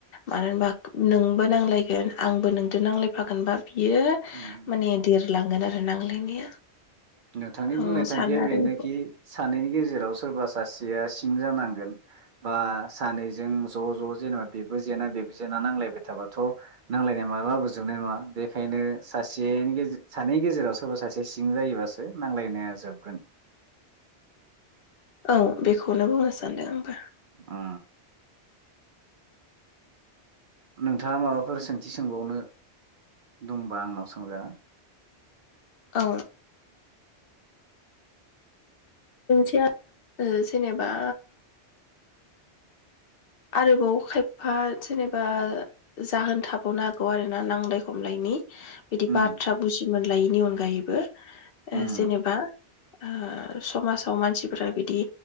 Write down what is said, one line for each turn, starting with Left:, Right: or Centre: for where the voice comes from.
Left: मानो होनबा नोंबो नांलायगोन आंबो नोंजों नांलायफागोन बा। बियो
Right: उम
Left: माने देरलांगोन आरो । आरो नांलायनाया
Right: नोंथांनि
Left: आं
Right: बुंनाय थांखिया
Left: सानो आरो
Right: बेनोखि
Left: बेखौ
Right: सानैनि गेजेराव सोरबा सासेया सिं जानांगोन बा सानैजों ज' ज' जेनेबा बेबो जेना बेबो जेना नांलायबाय थाबाथ नांलायनाय मालाबाबो जोबनाय नङा बेखायनो। सासेनिगेज सानैनि गेजेराव सा सोरबा सासेआ सिं जायोबास नांलायनाया जोबगोन।
Left: औ बेखौनो बुंनो सानदों आंबो।
Right: ओ नोंथाङा माबाफोर सोंथि सोंबावनो दंबा आंनाव सोंजागोन।
Left: औ। ओनथिया ओ जेनेबा। आरोबाव खायफा जेनेबा जाहोन थाबावनो हागौ आरोना नांलाय खमलायनि बिदि
Right: उम
Left: बाथ्रा बुजि मोनलायैनि अनगायैबो ओ
Right: उम
Left: जेनेबा ओ समाजाव मानसिफोरा बिदि